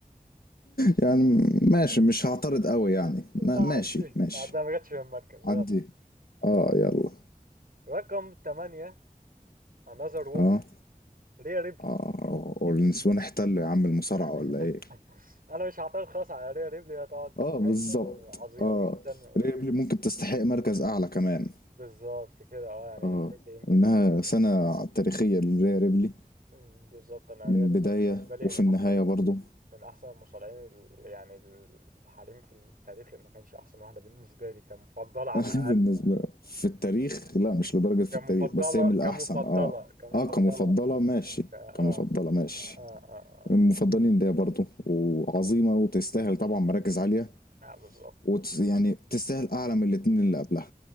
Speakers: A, on the left; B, on the right.
A: يعني ماشي مش هعترض قوي يعني ما
B: لا
A: ماشي
B: عندي
A: ماشي
B: عندها ما جاتش في المركز
A: عدي
B: يلا
A: آه يلا
B: رقم 8 another woman
A: آه
B: ريا ريبلي
A: آه النسوان احتلوا يا عم المصارعة
B: <laughs>
A: ولا إيه
B: انا مش هعترض خالص على ريا ريبلي هي طبعا تستحق
A: اه بالظبط
B: وعظيمه
A: اه
B: جدا و...
A: ريبلي ممكن تستحق مركز اعلى كمان
B: بالظبط كده اه يعني
A: اه
B: ريا ريبلي يمكن
A: انها سنة تاريخية لريا ريبلي
B: من... بالظبط انا
A: من
B: ريا
A: البداية
B: ريبلي بالنسبه لي
A: وفي
B: من
A: النهاية
B: احسن
A: برضو
B: من احسن المصارعين ال... يعني الحريم في التاريخ إن ما كانش احسن واحده بالنسبه لي كمفضله على
A: <laughs>
B: الاقل
A: بالنسبة
B: يعني.
A: في التاريخ لا مش لدرجة في
B: كمفضله
A: التاريخ بس هي من الأحسن
B: كمفضله
A: اه
B: كمفضله
A: اه كمفضلة ماشي
B: ك- اه
A: كمفضلة ماشي
B: اه اه
A: من المفضلين ليا برضو وعظيمة وتستاهل طبعا مراكز عالية
B: اه, آه بالظبط
A: وت... يعني تستاهل أعلى من الاتنين اللي قبلها